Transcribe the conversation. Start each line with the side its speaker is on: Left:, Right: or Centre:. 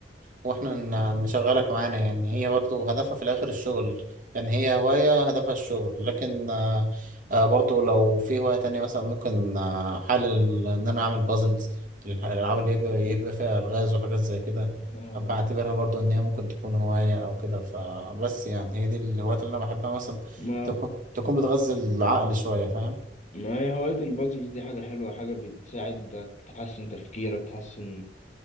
Right: وإحنا ن- نشغلك معانا يعني هي برضو هدفها في الآخر الشغل يعني هي هواية هدفها الشغل لكن آه آه برضو لو في هواية تانية مثلا ممكن آه حل ال- إن أنا أعمل بازلز الألعاب اللي يبقى, يبقى فيها ألغاز وحاجات زي كده
Left: اه
Right: بعتبرها برضو إن هي ممكن تكون هواية أو كده فبس يعني هي دي الهوايات اللي أنا بحبها مثلا
Left: ما
Right: تكون تكون بتغذي العقل شوية فاهم
Left: ما هي هواية البازلز دي حاجة حلوة حاجة بتساعدك تحسن تفكيرك تحسن